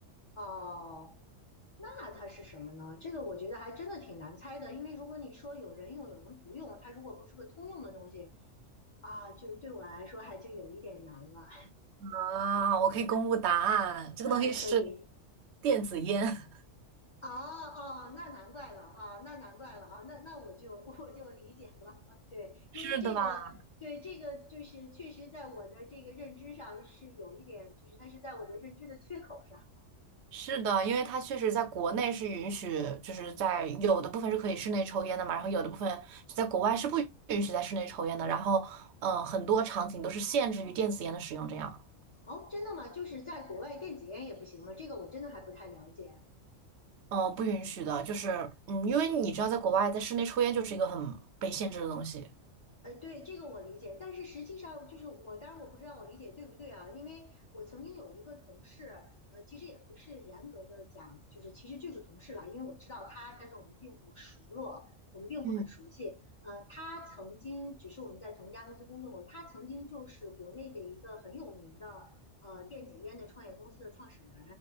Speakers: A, on the left (about 35°); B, on the right (about 65°).
A: 哦，那它是什么呢？这个我觉得还真的挺难猜的，因为如果你说有人用，有人不用，它如果不是个通用的东西啊，就对我来说还就有一点难了。
B: 啊！我可以公布答案，
A: <laughs>
B: 这个东西是
A: 啊，可以。
B: 电子烟，
A: 哦哦，那难怪了啊，那难怪了啊，那那我就 <laughs> 我就理解了。<laughs> 对，
B: <laughs> 是的吧？
A: 因为这个，对这个就是确实在我的这个认知上是有一点，就是它是在我的认知的缺口上。
B: 是的，因为它确实在国内是允许，就是在有的部分是可以室内抽烟的嘛，然后有的部分在国外是不允许在室内抽烟的，然后嗯、呃很多场景都是限制于电子烟的使用，这样
A: 哦，真的吗？就是在国外电子烟也不行吗？这个我真的还不太了解。
B: 嗯、呃不允许的，就是嗯，因为你知道在国外在室内抽烟就是一个很被限制的东西。
A: 呃，对，这个我理解，但是实际上就是我，当然我不知道我理解对不对啊，因为我曾经有一个同事，呃，其实也不是严格的讲，就是其实就是同事了，因为我知道他，但是我们并不熟络，我们并不很熟悉。
B: 嗯，
A: 呃，他曾经只是我们在同一家公司工作过，他曾经就是国内的一个很有名的呃电子烟的创业公司的创始人，